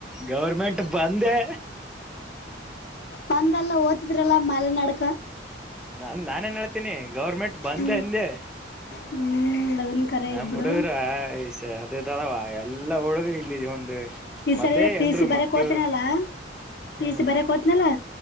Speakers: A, in the centre; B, on the left (about 60°).
A: ಗೌರ್ಮೆಂಟ್ ಬಂದೆ
B: ಬಂದಲ್ಲ ಓದತಿದ್ರಲ್ಲ ಮಲೆ ನಡ್ಕ
A: ನನ್ ನಾನೇನ್ ಹೇಳ್ತೀನಿ ಗೌರ್ಮೆಂಟ್ ಬಂದ
B: ಹ್ಮ್
A: ಅಂದೆ
B: ಹ್ಮ್ ಅದನ್ ಕರೆ
A: ನಮ
B: ಆಯ್ತ್ ಬಿಡು
A: ಹಡಗರ ಈ ಹ ಅ ತರವಾ ಎಲ್ಲಾ ಹುಗ ಇಲ್ಲ ಒಂದು
B: ಈ
A: ಮೊದ್ಲೇ
B: ಸರಿ ಪ
A: ಎಂಡರು
B: ಸಿ ಬರಕ್
A: ಮಕ್ಕಳು
B: ಹೋತನ ಅಲ್ಲ ಪೀಸ
A: ಹ್ಮ್
B: ಬರಕ್ ಹೋತ್ನಲಾ